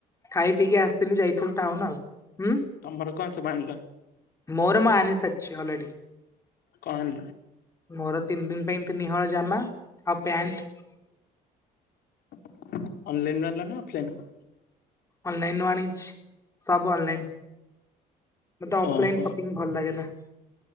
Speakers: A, on the left (about 20°); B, on the left (about 70°).
A: ଖାଇ ପିଇକି ଆସିଥିଲୁ ଯାଇଥିଲୁ। ଟାଉନ ଆଉ। ହୁଁ
B: ତମର କଣ ସବୁ ଆଣିଲ?
A: ମୋର ମୁଁ ଆଣିସାରିଚି ଅଛି ଅଲରେଡ଼ି
B: କଣ?
A: ମୋର ତିନି ଦିନ ପାଇଁ ତିନି ହଳ ଜାମା ଆଉ ପ୍ୟାଣ୍ଟ
B: ଅନଲାଇନ ରୁ ଆଣିଲ ନା ଅଫଲାଇନ୍ ରୁ
A: ଅନଲାଇନ ଆଣିଛି ସବୁ ଅନଲାଇନ। ମତେ ଅଫଲାଇନ
B: ଓହୋ
A: ସପିଂ ଭଲ ଲାଗେ ନା।